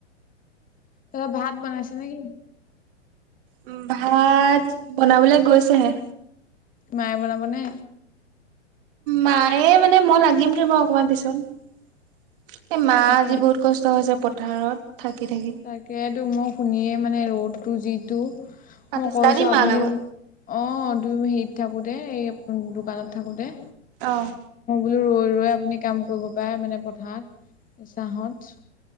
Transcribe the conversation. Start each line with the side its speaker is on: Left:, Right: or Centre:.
Left: তই ভাত বনাইছ নেকি?
Right: উম, ভাত বনাবলৈ গৈছেহে।
Left: মায়ে বনাব নে?
Right: মায়ে মানে মই লাগিমগৈ বাৰু অকমান পিছত। এই মাৰ
Left: তাকে
Right: আজি বহুত কষ্ট হৈছে পথাৰত। থাকি থাকি।
Left: তাকেইেতো, মই শুনিয়ে মানে ৰ'দটো যিটো মই
Right: পাতিছিলা
Left: কৈছোঁ,
Right: নি
Left: আপুনি,
Right: মাৰ লগত?
Left: অ', দুই মিনিট বহি থাকক। <unintelligible> এই দোকানত থাকো যে
Right: অহ
Left: ৰৈ ৰৈ আপুনি কাম কৰিব পাৰে মানে পথাৰত, ছাঁত।